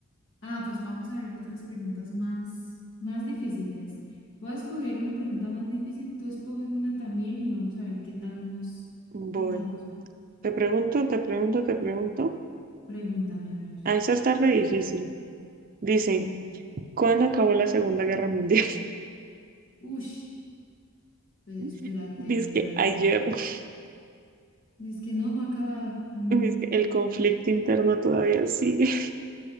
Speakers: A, on the left (about 65°); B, on the right (about 45°).
A: Ah, pues vamos a ver otras preguntas más, más difíciles. Voy a escoger una pregunta más difícil, tú escoge una también y vamos a ver qué tal nos,
B: Voy.
A: qué tal nos-
B: Te pregunto, te pregunto, te pregunto.
A: Pregúntame, a ver.
B: Ah, eso está re difícil. Dice,
A: Ay,
B: ¿cuándo acabó la Segunda Guerra Mundial?
A: ush, pues,
B: <laughs>
A: espérate,
B: Dice
A: espérate.
B: que ayer. <laughs>
A: Es que no, no ha acabado. Mm,
B: Dice que el conflicto interno todavía sigue.